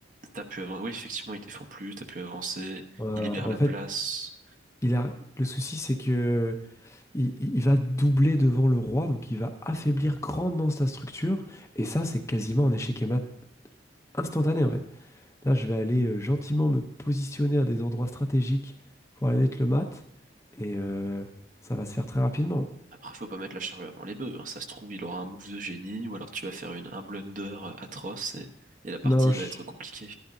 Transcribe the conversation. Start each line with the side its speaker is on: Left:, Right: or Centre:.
Right: t'as pu avancer. Oui, effectivement, il défend plus, t'as pu avancer,
Left: Voilà.
Right: il libère
Left: En
Right: la
Left: fait,
Right: place.
Left: il a... le souci, c'est que il, il- il va doubler devant le roi, donc il va affaiblir grandement sa structure. Et ça, c'est quasiment un échec et mat instantané, en fait. Là, je vais aller euh, gentiment me positionner à des endroits stratégiques pour aller mettre le mat. Et euh, ça va se faire très rapidement.
Right: Après, faut pas mettre la charrue avant les bœufs. hein. Ça se trouve, il aura un move de génie, ou alors tu vas faire une, un blunder euh, atroce et, et la partie
Left: Non, je,
Right: va être compliquée.